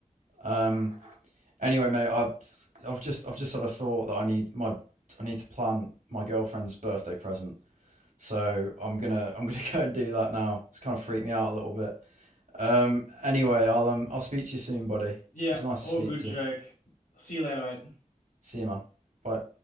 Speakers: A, on the right (about 80°); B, on the left (about 80°).
A: Um. Anyway, mate, I've I've just I've just had a thought that I need my I need to plan my girlfriend's birthday present. So I'm gonna <laughs> I'm gonna go and do that now. It's kind of freaked me out a little bit. Um. Anyway, I'll um I'll speak to you soon, buddy.
B: Yeah,
A: It was nice
B: all
A: to speak
B: good,
A: to
B: Jake.
A: you.
B: See you later, mate.
A: See you, man. Bye.